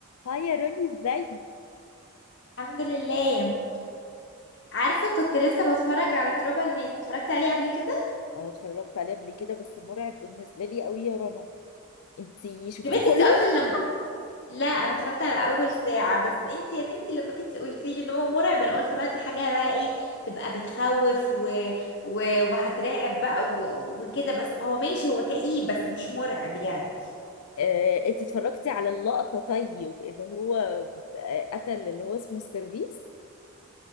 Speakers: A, on the left (about 80°); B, on the left (about 50°).
A: هاي يا روني ازاي
B: الحمد لله عارفه كنت لسه بتفرج على تروبا الماس اتفرجت عليه قبل كده
A: اه اتفرجت عليه قبل كده بس مرعب بالنسبة لي قوي يا رنا انتي شفتيه
B: يا بنتي
A: كله
B: انت اصلا لما لا انا اتفرجت على اول ساعه بس انت يا بنتي لما جيتي قلتي لي ان هو مرعب انا قلت بقى دي حاجه بقى ايه تبقى بتخوف و... و... وهترعب بقى و... وكده بس هو ماشي هو كئيب بس مش مرعب يعني
A: آه، انت اتفرجتي على اللقطة طيب اللي هو آه، قتل اللي هو اسمه السيرفيس